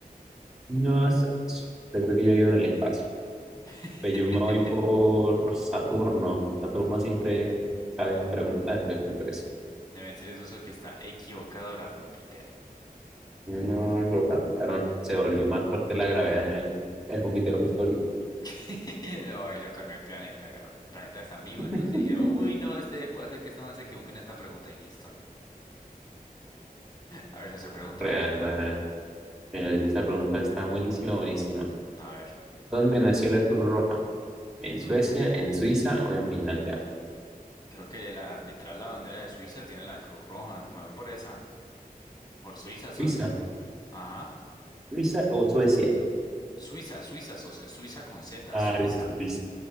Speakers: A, in the centre; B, on the left.
A: No, socio, yo creo que yo vivo en el espacio.
B: <laughs>
A: Pues yo me voy por Saturno. Saturno siempre sale en pregunta, entonces me parece.
B: Debe decirle, socio, que está equivocado, era Júpiter.
A: No lo cantaron. Se volvió más fuerte la gravedad en el Júpiter justo ahorita.
B: <laughs> No, ahí lo cambié el planeta. claro. Un planeta tan vivo,
A: <laughs>
B: entonces dijeron, uy, no, este, voy a hacer que este man se equivoque en esta pregunta y listo. A ver si se pregúntame.
A: Real, real. Bueno, esta pregunta está buenísima, buenísima.
B: A ver.
A: ¿Dónde nació la Cruz Roja? ¿En
B: Mm,
A: Suecia, en Suiza o en Finlandia?
B: creo que la, literal la bandera de Suiza tiene la Cruz Roja. Me voy por esa. Por Suiza, socia.
A: Suiza,
B: Ajá.
A: Suiza o Suecia.
B: Suiza, Suiza, socio. Suiza con Z,
A: Ah,
B: Suiza.
A: listo, listo.